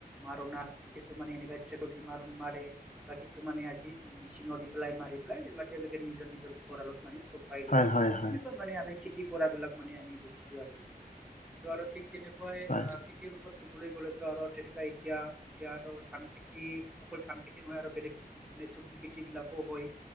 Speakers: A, in the centre; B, on the left (about 50°).
A: মাৰনা কিছুমানে এনেকুৱা মাৰণ মাৰে বা কিছুমানে আজি মেচিন দি পেলায় মাৰে ওলাই যেনিবা তেওঁলোকে নিজৰ নিজৰ ভঁৰালত মানে চপাই লৈ।
B: হয় হয় হয়
A: তেনেকুৱা মানে আনে খেতি। কৰা বিলাক মানে আমি দেখিছো আৰু কি ত' আৰু ঠিক তেনেকুৱাই
B: হয়
A: আহ খেতিৰ ওপৰত ক'বলৈ গ'লে আৰু তেনেকুৱা এতিয়া এতিয়া আৰু ধান খেতি অকল ধান খেতি কৰা আৰু বেলেগ চবজি খেতি। এইবিলাকো হয়।